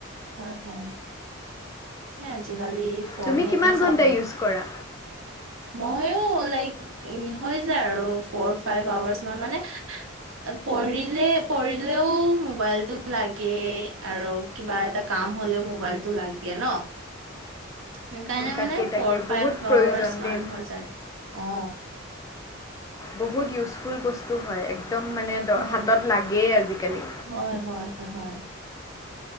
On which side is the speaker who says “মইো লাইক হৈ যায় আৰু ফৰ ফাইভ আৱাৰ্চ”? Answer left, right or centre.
Right